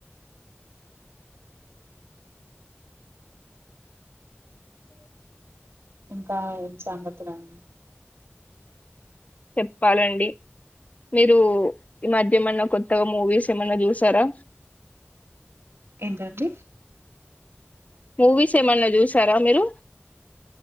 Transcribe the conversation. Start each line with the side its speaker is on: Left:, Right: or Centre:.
Left: ఆ
Right: ఇంకా ఏం సంగతులు అండి
Left: చెప్పాలండి మీరు ఈ మధ్య ఏమన్న కొత్తగా మూవీస్ ఏమన్నా చూసారా
Right: ఏంటండి
Left: మూవీస్ ఏమన్నా చూసారా మీరు